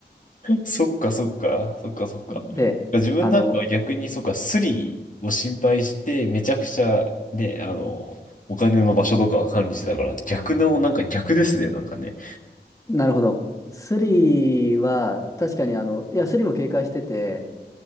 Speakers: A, on the left; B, on the left.
A: そっかそっか、そっかそっか。
B: で、
A: 自分なんかは逆にそっか、
B: あの、
A: スリを心配して、めちゃくちゃね、あの、お金の場所とかは管理してたから、逆の、なんか逆ですね、なんかね。
B: なるほど。スリは、確かに、あの、いや、スリも警戒してて、